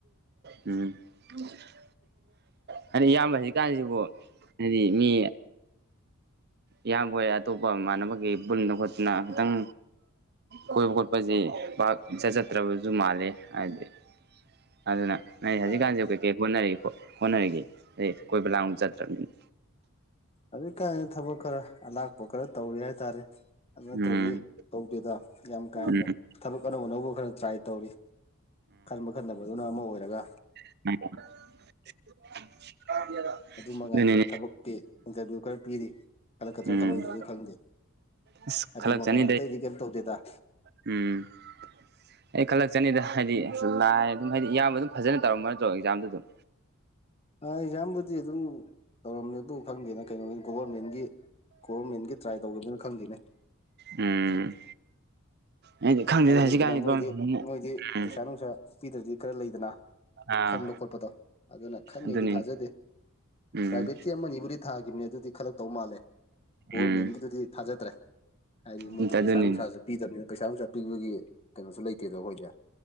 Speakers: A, on the right; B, on the left.
A: ꯎꯝ꯫ <inaudible> ꯍꯥꯏꯗꯤ ꯏꯌꯥꯝꯕ ꯍꯧꯖꯤꯛꯀꯥꯟꯁꯤꯕꯨ ꯍꯥꯏꯗꯤ ꯃꯤ ꯏꯌꯥꯝꯕ ꯍꯣꯏ ꯑꯇꯣꯞꯄ ꯃꯃꯥꯟꯅꯕꯒꯤ ꯄꯨꯟꯅ ꯈꯣꯠꯇꯅ ꯈꯤꯇꯪ ꯀꯣꯏꯕ ꯈꯣꯠꯄꯁꯤ ꯄꯥꯛ ꯆꯠ ꯆꯠꯇ꯭ꯔꯕꯁꯨ ꯃꯥꯂꯦ ꯍꯥꯏꯗꯤ ꯑꯗꯨꯅ ꯅꯣꯢ ꯍꯧꯖꯤꯛꯀꯥꯟꯁꯦ
B: ꯑꯥ
A: ꯀꯩ ꯀꯩ ꯍꯣꯠꯅꯔꯤ ꯍꯣꯠ ꯍꯣꯠꯅꯔꯤꯒꯦ ꯑꯩ ꯀꯣꯏꯕ ꯂꯥꯡꯕ ꯆꯠꯇ꯭ꯔꯕꯅꯤꯅ꯫
B: ꯍꯧꯖꯤꯛ ꯀꯥꯏꯅ ꯊꯕꯛ ꯈꯔ ꯑꯂꯥꯛꯄ ꯈꯔ ꯇꯧꯔꯤ ꯍꯥꯏꯇꯥꯔꯦ ꯑꯗꯨ ꯅꯠꯇ꯭ꯔꯗꯤ
A: ꯎꯝ
B: ꯇꯧꯗꯦꯗ ꯌꯥꯝ ꯀꯥ ꯍꯦꯟꯅ
A: ꯎꯝ
B: ꯊꯕꯛ ꯑꯅꯧ ꯑꯅꯧꯕ ꯈꯔ ꯇ꯭ꯔꯥꯏ ꯇꯧꯔꯤ ꯈꯟꯕ ꯈꯟꯗꯕꯗꯨꯅ ꯑꯃ ꯑꯣꯏꯔꯒ꯫
A: ꯑꯗꯨ
B: ꯑꯗꯨ ꯃꯉꯥꯏ ꯊꯕꯛꯀꯤ ꯏꯟꯇꯔꯚꯤꯌꯨ ꯈꯔ ꯄꯤꯔꯤ ꯈꯜꯂꯛꯀꯗ꯭ꯔꯥ
A: ꯎꯝ
B: ꯈꯜꯂꯛꯑꯣꯢꯗ꯭ꯔꯗꯤ ꯈꯪꯗꯦ
A: ꯑꯁ ꯈꯜꯂꯛꯆꯅꯤꯗ
B: ꯑꯗꯨ ꯃꯉꯥꯏ ꯑꯇꯩꯗꯤ ꯀꯩꯝ ꯇꯧꯗꯦꯗ꯫
A: ꯎꯝ꯫ ꯑꯩ ꯈꯜꯂꯛꯆꯅꯤꯗ ꯍꯥꯏꯗꯤ ꯂꯥꯏ ꯑꯗꯨꯝ ꯍꯥꯏꯗꯤ ꯏꯌꯥꯝꯕ ꯑꯗꯨꯝ ꯐꯖꯅ ꯇꯧꯔꯝꯕ ꯅꯠꯇ꯭ꯔꯣ ꯑꯦꯛꯖꯥꯝꯗꯨ ꯑꯗꯨꯝ
B: ꯑꯥ ꯑꯦꯛꯖꯥꯝꯕꯨꯗꯤ ꯑꯗꯨꯝ ꯇꯧꯔꯝꯃꯦꯕꯨ ꯈꯪꯗꯦꯅ ꯀꯩꯅꯣꯒꯤ ꯒꯣꯕꯔꯃꯦꯟꯒꯤ ꯒꯣꯔꯃꯦꯟꯒꯤ ꯇ꯭ꯔꯥꯏ ꯇꯧꯒꯈꯤꯕꯅꯤꯅ ꯈꯪꯗꯦꯅꯦ
A: ꯎꯝ ꯑꯩꯗꯤ ꯈꯪꯗꯦꯗ
B: ꯑꯩ
A: ꯍꯧꯖꯤꯛꯀꯥꯟꯗꯤ
B: ꯂꯩꯗꯅ ꯃꯣꯏꯗꯤ
A: ꯒꯣꯔꯃꯦꯟꯅ
B: ꯃꯣꯏꯗꯤ
A: ꯎꯝ
B: ꯄꯩꯁꯥ ꯅꯨꯡꯁꯥ ꯄꯤꯗ꯭ꯔꯗꯤ ꯈꯔ ꯂꯩꯗꯅ
A: ꯑꯥ
B: ꯈꯟꯕ ꯈꯣꯠꯄꯗꯣ ꯑꯗꯨꯅ ꯈꯟꯅꯤꯗꯤ
A: ꯑꯗꯨꯅꯤꯅꯦ
B: ꯊꯥꯖꯗꯦ
A: ꯎꯝ
B: ꯄ꯭ꯔꯥꯏꯚꯦꯠꯀꯤ ꯑꯃꯅꯤꯕꯨꯗꯤ ꯊꯥꯒ ꯝꯅꯦ ꯑꯗꯨꯗꯤ ꯈꯜꯂꯛ ꯇꯧ ꯃꯥꯜꯂꯦ ꯒꯣꯔꯃꯦꯟꯒꯤꯗꯨꯗꯤ
A: ꯎꯝ
B: ꯊꯥꯖꯗ꯭ꯔꯦ ꯍꯥꯏꯗꯤ ꯃꯣꯏꯗꯤ
A: ꯑꯝꯇ ꯑꯗꯨꯅꯤꯅꯦ
B: ꯄꯩꯁꯥ ꯅꯨꯡꯁꯥꯁꯨ ꯄꯤꯗꯕꯅꯤꯅ ꯄꯩꯁꯥ ꯅꯨꯡꯁꯥ ꯄꯤꯕꯒꯤ ꯀꯩꯅꯣꯁꯨ ꯂꯩꯇꯦꯗꯕ ꯑꯩꯈꯣꯏꯗꯤꯦ